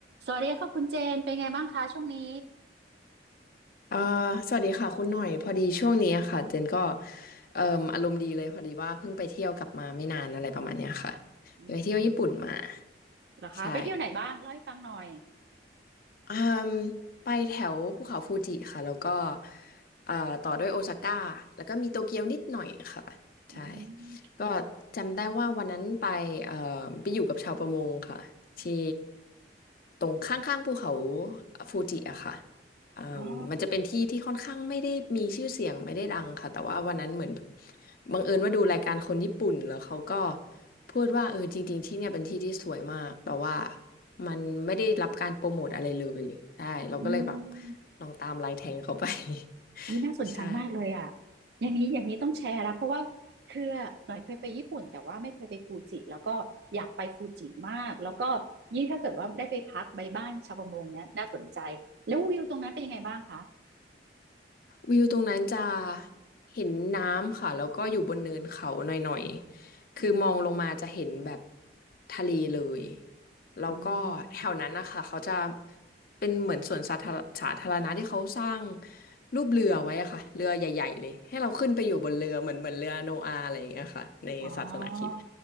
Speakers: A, on the right; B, on the left.
A: สวัสดีค่ะคุณเจนเป็นไงบ้างคะช่วงนี้
B: อ่าสวัสดีค่ะคุณหน่อยพอดีช่วงนี้อะค่ะเจนก็เอ่มอารมณ์ดีเลยพอดีว่าเพิ่งไปเที่ยวกลับมาไม่นานอะไรประมาณเนี้ยค่ะ
A: อืม
B: ไปเที่ยวญี่ปุ่นมา
A: เหรอคะไปเที่ยวไหนบ้างเล่าให้ฟังหน่อย
B: ใช่ อืมไปแถวภูเขาฟูจิค่ะแล้วก็เอ่อต่อด้วยโอซาก้าแล้วก็มีโตเกียวนิดหน่อยค่ะใช่
A: อืม
B: ก็จำได้ว่าวันนั้นไปเอ่อไปอยู่กับชาวประมงค่ะที่ตรงข้างๆภูเขาฟูจิอะค่ะอืมมันจะเป็นที่ที่ค่อนข้างไม่ได้มีชื่อเสียงไม่ได้ดังค่ะแต่ว่าวันนั้นเหมือนบบังเอิญว่าดูรายการคนญี่ปุ่นแล้วเขาก็
A: อ๋อ
B: พูดว่าเออจริงๆที่เนี่ยเป็นที่ที่สวยมากแต่ว่า มันไม่ได้รับการโปรโมทอะไรเลยใช่เราก็เลยแบบ
A: อืม
B: ลองตามไลน์แทงเขาไป <laughs>
A: วิน่าสนใจมากเลยอ่ะ
B: ใช่
A: อย่างนี้อย่างนี้ต้องแชร์แล้วเพราะว่าคือหน่อยเคยไปญี่ปุ่นแต่ว่าไม่เคยไปฟูจิแล้วก็อยากไปฟูจิมากแล้วก็ยิ่งถ้าเกิดว่าได้ไปพักใบบ้านชาวประมงเนี้ยน่าสนใจแล้ววิวตรงนั้นเป็นยังไงบ้างคะ
B: วิวตรงนั้นจะเห็นน้ำค่ะแล้วก็อยู่บนเนินเขาหน่อยๆคือมองลงมาจะเห็นแบบ
A: อืม
B: ทะเลเลยแล้วก็แถวนั้นนะคะเขาจะ
A: อืม
B: เป็นเหมือนสวนสาธารสาธารณะที่เขาสร้างรูปเรือไว้อะค่ะเรือใหญ่ๆเลยให้เราขึ้นไปอยู่บนเรือเหมือนเหมือนเรือโนอาห์อะไรอย่างเงี้ยค่ะในศาสนาคริสต์
A: อ๋อ